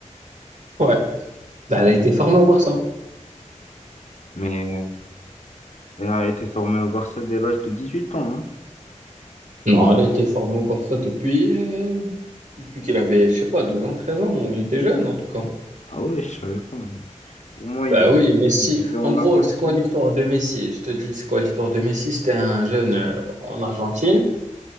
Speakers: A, on the right; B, on the left.
A: Ouais. Ben, elle a été formée au Barça.
B: Mais. Et a été formé au Barça dès l'âge de dix-huit ans, non?
A: Non, elle a été formée au Barça depuis, euh, depuis qu'il avait, je sais pas, 12 ans, 13 ans, ou il était jeune en tout cas.
B: Ah ouais, je savais pas, mais pour moi,
A: Bah
B: il,
A: oui, Messi.
B: il vivait en
A: En gros,
B: Argentine.
A: c'est quoi l'histoire de Messi? Je te dis, c'est quoi l'histoire de Messi? C'était un jeune euh, en Argentine.